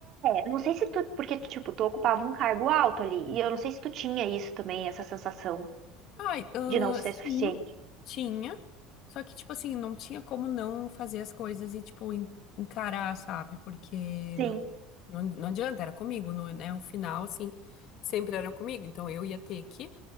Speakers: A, on the right; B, on the left.
A: Eu não sei se tu, porque tipo, tu ocupava um cargo alto ali, e eu não sei se tu tinha isso também, essa sensação
B: Ai, ah,
A: de não ser
B: sim,
A: suficiente.
B: tinha. Só que, tipo assim, não tinha como não fazer as coisas e, tipo, en- encarar, sabe? Porque
A: Sim,
B: não, não, não adianta, era comigo, não, é- né? O final, assim, sempre era comigo. Então eu ia ter que,